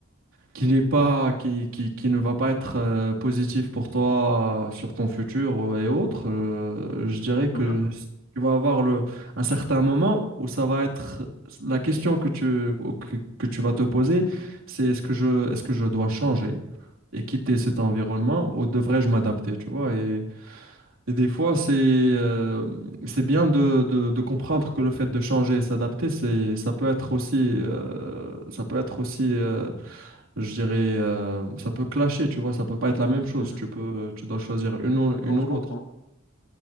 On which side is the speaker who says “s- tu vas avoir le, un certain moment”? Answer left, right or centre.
Right